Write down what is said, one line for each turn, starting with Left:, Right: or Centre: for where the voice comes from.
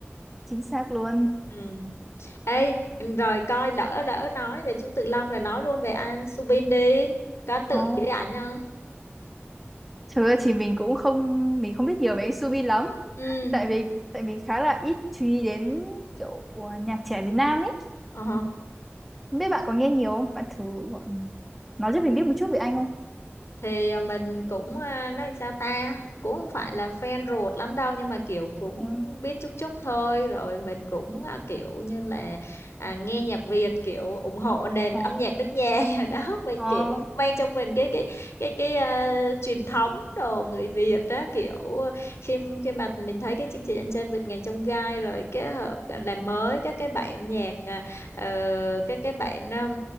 Centre: chính xác luôn
Left: ừ. Ê, rồi coi lỡ lỡ nói về chú Tự Long rồi nói luôn về anh Subin đi có ấn tượng
Centre: Oh,
Left: gì với ảnh không
Centre: thực ra thì mình cũng không mình không biết nhiều về anh Subi lắm
Left: ừ
Centre: tại vì tại mình khá là ít chú ý đến kiểu uh, nhạc trẻ Việt Nam ấy
Left: Ồ.
Centre: không biết bạn có nghe nhiều không bạn thử gọi- nói cho mình biết một chút về anh không
Left: thì à, mình cũng à, nói sao ta cũng không phải là fan ruột lắm đâu nhưng mà kiểu cũng
Centre: ừ.
Left: biết chút chút thôi rồi mình cũng à, kiểu như là à, nghe nhạc Việt kiểu ủng hộ nền
Centre: ờ
Left: âm nhạc nước nhà <laughs> đó mình
Centre: ờ
Left: kiểu mang trong mình cái cái cái cái à, truyền thống đồ người Việt đó kiểu khi khi mà mình thấy cái chương trình Anh trai vượt ngàn chông gai rồi kết hợp à, làm mới các cái bản nhạc à, ờ, cái cái bạn um,